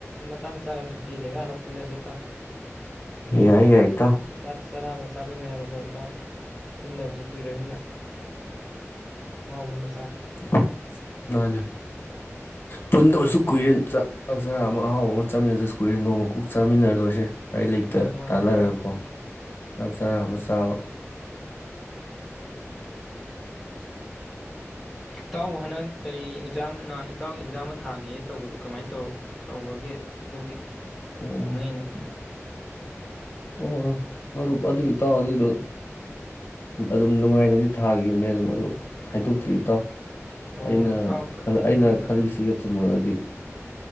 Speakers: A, in the centre; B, on the left.
A: ꯃꯇꯥꯡ ꯆꯒꯅꯨꯤ ꯂꯩꯒꯅ ꯄꯨꯜꯂꯁꯦ ꯇ ꯀꯩꯅꯣꯝꯃ
B: ꯌꯥꯏ ꯌꯥꯏ ꯏꯇꯥꯎ
A: ꯆꯥꯛ ꯆꯥꯔꯥ ꯇꯥꯃꯤꯜꯒ ꯄ ꯇ ꯐꯨꯜꯂꯕꯁꯨ ꯀꯨꯏꯔꯃꯤꯅ ꯍꯥꯎꯕ ꯃꯥ
B: <inaudible> ꯅꯍꯥꯅꯦ ꯄꯨꯟꯗ ꯑꯣꯏꯔꯁꯨ ꯀꯨꯏꯔꯦ ꯆꯥꯛ ꯆꯔꯥ ꯑꯃ ꯑꯍꯥꯎꯕ ꯑꯃ ꯆꯥꯃꯤꯟꯅꯗꯁꯨ ꯀꯨꯏꯔꯦ ꯅꯣꯡꯃ ꯀꯣꯛ ꯆꯥꯃꯤꯟꯅꯔ ꯂꯣꯏꯔꯦ ꯍꯩ ꯂꯩꯇ
A: ꯃꯥꯅꯤ ꯃꯥꯅꯤ
B: ꯇꯥꯟꯅꯔꯒꯀꯣ
A: ꯏꯇꯥꯎ
B: ꯆꯥꯛ ꯆꯔꯥ ꯑꯃ ꯇꯕ
A: <inaudible> ꯇꯥꯎꯎ ꯍꯅ ꯀꯔꯤ ꯑꯦꯟꯖꯥꯝ ꯅꯍꯥꯟ ꯏꯇꯥꯎꯒꯤ ꯑꯦꯟꯖꯥꯝ ꯑꯃ ꯊꯥꯒꯦ ꯇꯧꯕꯗꯨ ꯀꯃꯥꯏꯅ ꯇꯧ ꯇꯧꯕꯒꯦ ꯑꯗꯨꯒꯤ
B: ꯑꯣ
A: ꯑꯉꯥꯏꯅꯦ
B: ꯑꯣ ꯃꯔꯨꯞ ꯑꯗꯨ ꯏꯇꯥꯎ ꯑꯗꯨꯏꯗꯣ ꯑꯗꯨꯝ ꯅꯨꯡꯉꯥꯏꯅꯗꯤ ꯊꯥꯈꯤꯕꯅꯦ ꯑꯗꯨꯝ ꯑꯗꯨ ꯍꯥꯏꯗꯣꯛꯇ꯭ꯔꯤ ꯏꯇꯥꯎ
A: ꯑꯣ
B: ꯑꯩꯅ
A: ꯏꯇꯥꯎ ꯎꯝ
B: ꯑꯩꯅ ꯈꯜꯂꯤꯁꯤꯒ ꯆꯠꯇꯃꯗꯤ